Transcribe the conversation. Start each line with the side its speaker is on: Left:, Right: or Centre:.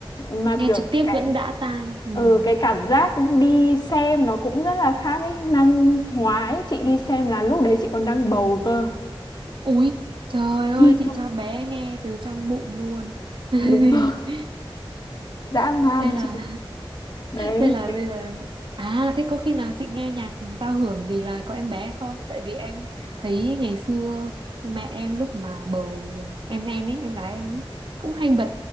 Left: mà
Right: nghe
Left: kiểu
Right: trực tiếp
Left: cái
Right: vẫn đã tai vâng
Left: ừ, cái cảm giác đi xem nó cũng rất là khác ấy năm ngoái chị đi xem là lúc đấy chị còn đang bầu cơ
Right: ui trời
Left: <laughs>
Right: ơi chị cho bé nghe từ trong bụng luôn
Left: đúng
Right: <laughs>
Left: rồi dã man
Right: thế là
Left: rồi. đấy
Right: Thế là
Left: thế
Right: bây giờ à thế có khi nào chị nghe nhạc giao hưởng vì là có em bé không? Tại vì em thấy ngày xưa mẹ em lúc mà bầu em em ấy, em gái em ấy cũng hay bật